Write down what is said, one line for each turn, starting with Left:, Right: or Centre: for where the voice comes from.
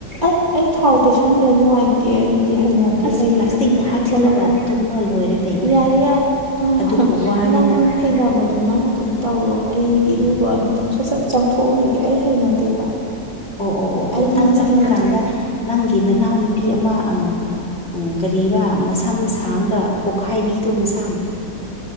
Right: ꯑꯁ ꯑꯩ ꯊꯥꯎ ꯇꯩꯁꯟꯒ꯭ꯔꯦ ꯅꯨꯡꯉꯥꯏꯇꯦ ꯑꯩ ꯗꯤ ꯍꯩꯅꯗꯦ
Left: ꯑꯁ
Right: ꯍꯌꯦꯡ
Left: ꯄ꯭ꯂꯥꯁꯇꯤꯛꯅ
Right: ꯎꯔꯤꯡ ꯂꯣꯏ
Left: ꯍꯥꯞꯆꯤꯜꯂꯒ
Right: ꯊꯣꯛꯂꯛꯀꯅꯤ
Left: ꯇꯨꯝꯃ ꯂꯣꯏꯔꯦ ꯀꯩꯅꯣ
Right: ꯌꯥꯔꯦ ꯌꯥꯏ ꯑ
Left: ꯑꯗꯨꯕꯨ ꯋꯥꯅꯤꯅ
Right: ꯅꯪ ꯍꯩꯅꯕꯗꯣ ꯅꯪ ꯑꯗꯨꯝ ꯇꯧꯔꯣ ꯑꯩ ꯏꯔꯨꯕ ꯑꯃꯝꯇꯪ ꯁꯠ ꯁꯠ ꯆꯪꯊꯣꯛꯎꯈꯤꯒꯦ ꯑꯩ ꯍꯩꯅꯗꯦꯕ
Left: ꯑꯣ ꯑꯣ ꯑꯣ ꯑꯣ
Right: ꯑꯩꯗꯤ
Left: ꯅꯪ ꯆꯪꯉꯀꯥꯟꯗ
Right: ꯍꯩꯅꯗ
Left: ꯅꯪꯒꯤ ꯅꯅꯥꯎ ꯅꯨꯄꯤ ꯑꯃ ꯑ ꯎꯪ ꯀꯔꯤꯕꯥ ꯃꯁꯝ ꯁꯥꯡꯔꯒ ꯄꯣꯛꯈꯥꯏꯕꯤꯗꯣ ꯃꯁꯝ